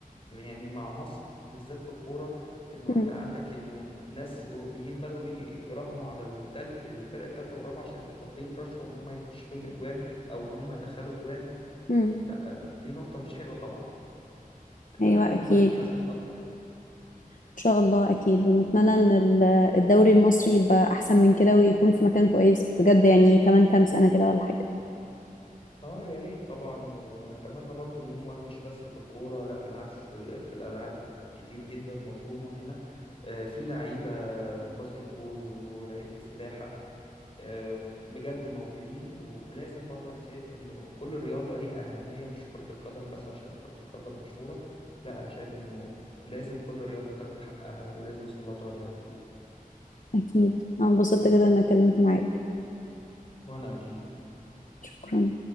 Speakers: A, on the left; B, on the left.
A: يعني مع مصر بالذات في الكورة انه انت
B: مم.
A: عندك انه ناس اوروبيين بداوا يراهنوا على التالت الفرق التالتة والرابعة عشان واخدين رشوة ان هم يخش فيهم اجوان او ان هم يدخلوا اجوان
B: مم.
A: لا دي نقطة مش حلوة طبعا اتمنى
B: ايوه
A: ان
B: اكيد
A: هم يبقوا حازمين اكتر
B: ان شاء الله اكيد ونتمنى ان ال- الدوري المصري يبقى احسن من كده ويكون في مكان كويس بجد يعني كمان كام سنه كده ولا حاجه
A: اه يا ريت طبعا ونتمنى برضو ان هم مش بس في الكورة لا بالعكس في في الالعاب كتير جدا مظلومة هنا آه، في لعيبة باسكت بول ولعيبة سباحة آه، بجد موهوبين ولازم برضه انا شايف انه كل رياضة ليها أهمية مش كرة القدم بس عشان كرة القدم مشهورة لا انا شايف انه لازم كل رياضة تاخد حقها ولازم يسلطوا عليها الضوء
B: اكيد انا انبسطت كده ان انا اتكلمت معاك
A: وانا اكيد
B: شكرا